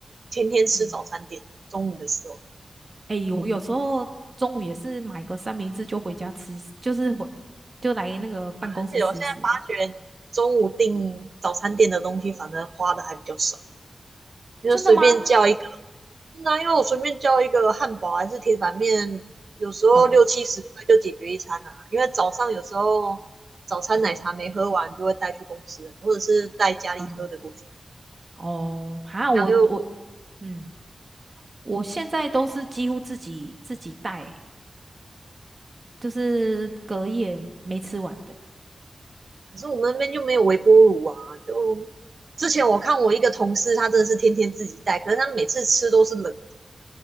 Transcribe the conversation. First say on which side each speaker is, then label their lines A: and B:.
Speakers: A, on the right; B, on the right.
A: 天天吃早餐店，
B: 嗯，
A: 中午的时候，
B: 诶，我有时候中午也是买个三明治就回家吃一吃就是回就来那个办公室吃一吃。
A: 而且我现在发觉中午订早餐店的东西，反正花的还比较少，因为随便叫一
B: 真的吗？
A: 那因为我随便叫一个汉堡还是铁板面，有时候六七十块就解决一餐啊。
B: 好、
A: 因为早上有时候早餐奶茶没喝完，
B: 哦，
A: 就会带去公司了或者是带家里喝的过去。
B: 嗯，哦，哈，我我
A: 然后又
B: 嗯，我现在都是几乎自己自己带、欸。就是隔夜没吃完的。
A: 可是我们那边就没有微波炉啊。就之前我看我一个同事，他真的是天天自己带，可是他每次吃都是冷的，